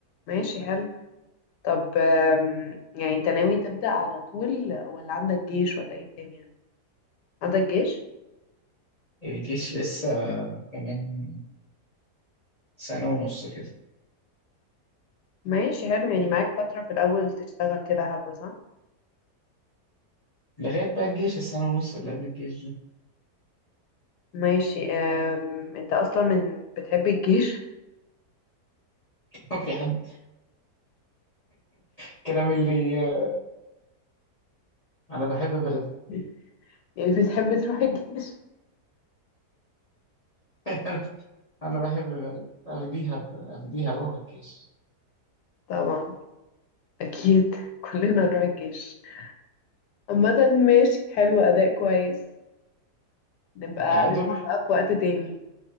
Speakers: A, on the left; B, on the left.
A: ماشي حلو طب آم، يعني انت ناوي تبدأ على طول ولا عندك جيش ولا ايه الدنيا عندك جيش
B: الجيش لسه كمان سنة ونص كده
A: ماشي حلو يعني معاك فترة في الاول تشتغل كده حبة صح
B: لغاية بقى الجيش السنة ونص اللي قبل الجيش دي
A: ماشي آم، انت اصلا من بتحب الجيش
B: <laughs> في حد الكلام اللي أنا بحب بلدي
A: <laughs> يعني بتحب تروح الجيش
B: <laughs> أنا بحب بلدي أفديها أفديها أروح الجيش
A: طبعا اكيد <laughs> كلنا نروح الجيش عامة ماشي حلو أداء كويس نبقى
B: التعادل
A: نلعب بقى في وقت تاني